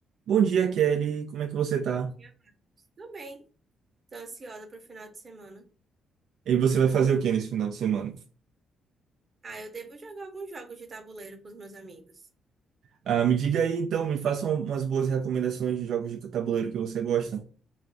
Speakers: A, on the right (about 70°); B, on the right (about 35°).
A: Bom dia, Kelly. Como é que você tá?
B: Muito ansiosa. Tô bem. Tô ansiosa pro final de semana.
A: E você vai fazer o que nesse final de semana?
B: Ah, eu devo jogar alguns jogos de tabuleiro com os meus amigos.
A: Ah, me diga aí, então, me faça um- umas boas recomendações de jogos de tabuleiro que você gosta.